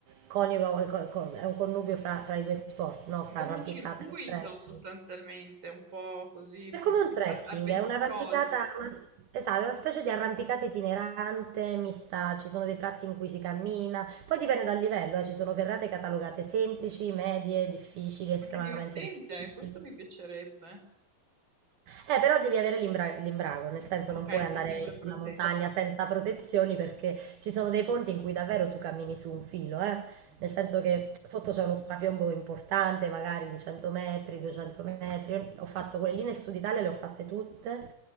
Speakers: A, on the right; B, on the right.
A: coniuga, co- co- è un connubio fra, fra i due sport, no?
B: È
A: Fra
B: come
A: arrampicata
B: un circuito
A: e trekking.
B: sostanzialmente, un po' così
A: È
B: più
A: come un trekking,
B: a- avventuroso.
A: è un'arrampicata, una, s- esatto, è una specie di arrampicata itinerante, mista, ci sono dei tratti in cui si cammina, poi dipende dal livello, eh, ci sono ferrate catalogate semplici, medie, difficili, estremamente
B: Ma che divertente,
A: difficili.
B: questo mi piacerebbe.
A: Eh, però devi avere l'imbra- l'imbrago, nel senso
B: Ok,
A: non puoi
B: sei
A: andare
B: sempre protetto.
A: sulla montagna senza protezioni perché ci sono dei ponti in cui davvero tu cammini su un filo, eh?
B: Mm.
A: Nel senso che sotto c'è uno strapiombo importante, magari di 100 metri, 200 metri. Io ho fatto quelle lì nel sud Italia, le ho fatte tutte